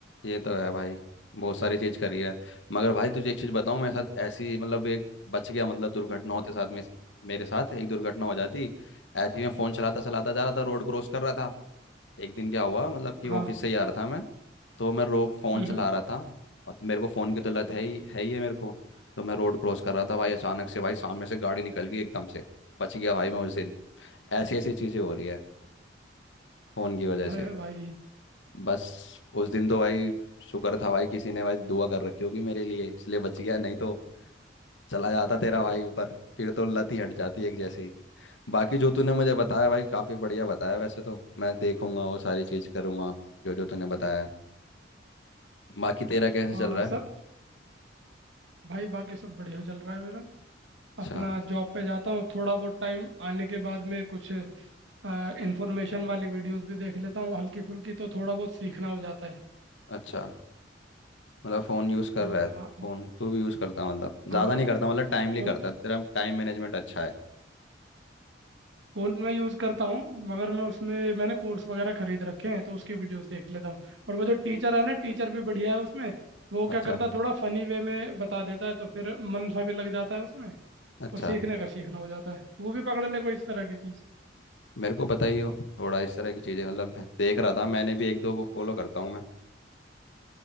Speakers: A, on the left (about 80°); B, on the right (about 80°).
A: ये तो है भाई बहुत सारी चीज करी है मगर भाई तुझे एक चीज बताऊं मेरे साथ ऐसी मतलब एक बच गया मतलब दुर्घटना होते साथ में मेरे साथ एक दुर्घटना हो जाती ऐसे ही मैं फोन चलाता चलाता जा रहा था रोड क्रॉस कर रहा था एक दिन क्या हुआ मतलब कि
B: हाँ
A: ऑफिस से ही आ रहा था मैं तो मैं रो फोन
B: हम्म
A: चला
B: हम्म।
A: रहा था और मेरे को फोन की तो लत है ही है ही है मेरे को तो मैं रोड क्रॉस कर रहा था भाई अचानक से भाई सामने से गाड़ी निकल गई एकदम से बच गया भाई मैं उस दिन ऐसी ऐसी चीजें हो रही है फोन की वजह
B: अरे
A: से
B: भाई
A: बस उस दिन तो भाई शुक्र था भाई किसी ने भाई दुआ कर रखी होगी मेरे लिए इसलिए बच गया नहीं तो चला जाता तेरा भाई ऊपर फिर तो लत ही हट जाती एक जैसे ही बाकी जो तूने मुझे बताया भाई काफ़ी बढ़िया बताया वैसे तो मैं देखूंगा वो सारी चीज़ करूंगा जो जो तूने बताया है। बाकी तेरा कैसा
B: हाँ
A: चल रहा
B: सब
A: है
B: भाई बाकी सब बढ़िया चल रहा है मेरा अपना
A: अच्छा
B: जॉब पे जाता हूँ थोड़ा बहुत टाइम आने के बाद में कुछ इंफॉर्मेशन वाली वीडियोस भी देख लेता हूँ हल्की फुल्की तो थोड़ा बहुत सीखना हो जाता है
A: अच्छा मतलब फ़ोन यूज़ कर
B: हाँ
A: रहा है
B: हाँ
A: फ़ोन तू भी यूज़ करता है मतलब ज़्यादा
B: हाँ,
A: नहीं करता मतलब टाइमली
B: फोन
A: करता है तेरा टाइम मैनेजमेंट अच्छा है
B: फोन में यूज़ करता हूँ मगर मैं उसमें मैंने कोर्स वगैरह खरीद रखे हैं तो उसकी वीडियोस देख लेता हूँ और वो जो टीचर है ना टीचर भी बढ़िया है उसमें वो
A: अच्छा
B: क्या करता है थोड़ा फनी वे में बता देता है तो फिर मन सा भी लग जाता है उसमें
A: अच्छा
B: और सीखने का सीखना हो जाता है वो भी पकड़ ले कोई इस तरह की चीज़
A: मेरे को बताइए थोड़ा इस तरह की चीज़ें मतलब मैं देख रहा था मैंने भी एक दो को फॉलो करता हूँ मैं